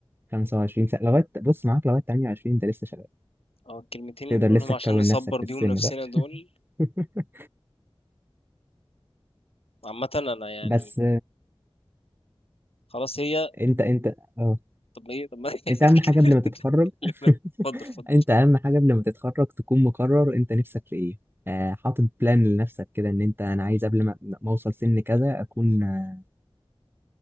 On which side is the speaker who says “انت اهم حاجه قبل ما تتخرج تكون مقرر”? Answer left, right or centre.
Right